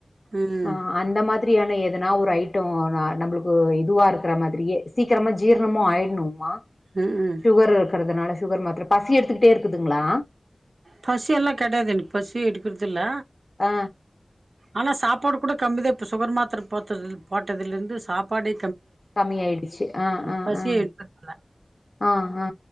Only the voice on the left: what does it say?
ஆ அந்த மாதிரியான எதுனா ஒரு ஐட்டோ நம்மளுக்கு இதுவா இருக்கிற மாதிரியே சீக்கிரமா ஜீரணமும் ஆயிடணும் உமா
சுகர் இருக்கறதுனால சுகர் மாத்திர பசி எடுத்துக்கிட்டே இருக்குதுங்களா
ஆ
கம்மிய ஆயிடுச்சு அ அ
அ
ஆ ஆ